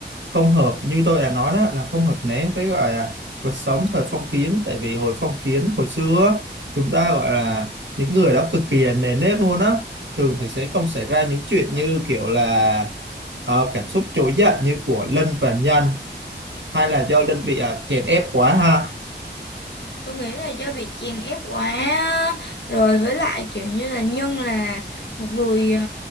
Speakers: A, on the right; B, on the left.
A: không hợp như tôi đã nói đó là không hợp né với gọi là cuộc sống thời phong kiến tại vì hồi phong kiến hồi xưa á, chúng ta gọi là những người đó cực kỳ là nề nếp luôn á thường thì sẽ không xảy ra những chuyện như kiểu là ờ, cảm xúc trỗi dậy như của Lân và Nhân hay là do Lân bị ờ, chèn ép quá ha
B: Tôi nghĩ là do bị chèn ép quá á. rồi với lại kiểu như là Nhân là một người ờ,